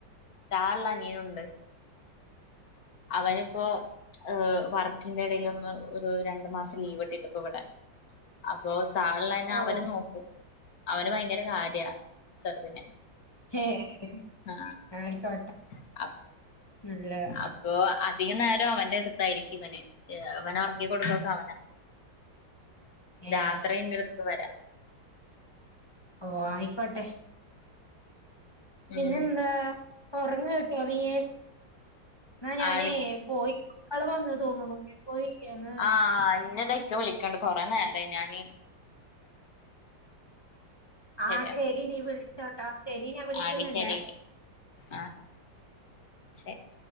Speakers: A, on the left; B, on the left.
A: താഴയുള്ള അനിയനുണ്ട് അവനിപ്പോ ഏഹ് വർക്കിന്റെ ഇടയിലൊന്ന് ഒരു രണ്ടു മാസം ലീവ് കിട്ടിട്ട് ഇപ്പ ഇവിടെ അപ്പൊ താഴയുള്ളതിനെ
B: ഓഹ്
A: അവനും നോക്കും അവന് ഭയങ്കര കാര്യ ചെറുതിനെ
B: <unintelligible>
A: ആഹ്
B: ആയിക്കോട്ടെ
A: <unintelligible>
B: നല്ലതാ
A: അപ്പോ അധികം നേരം അവന്റെ അടുത്തായിരിക്കും ഇവന് ഇവനെ ഉറക്കി കൊടുക്കൊക്കെ അവനാ
B: ഏഹ്
A: രാത്രി എന്റെ അടുത്ത് വരാം
B: ഓ ആയിക്കോട്ടെ പിന്നെ
A: ഉം
B: എന്താ ഉറങ്ങ് കേട്ടോ നീയ് എന്ന ഞാനേ
A: ആടി
B: പോയി <unintelligible> തോന്നുന്നു <unintelligible>
A: ആഹ് <unintelligible> വിളിക്കണ്ട് കുറേ നേരായി ഞാനീ
B: ആഹ്
A: ശരിയാ
B: ശരി ഡി നീ വിളിച്ചോട്ടോ ശരി ഞാൻ വിളിക്കുന്നുണ്ടെ
A: ആടി ശരിയെടി ആഹ് ശരി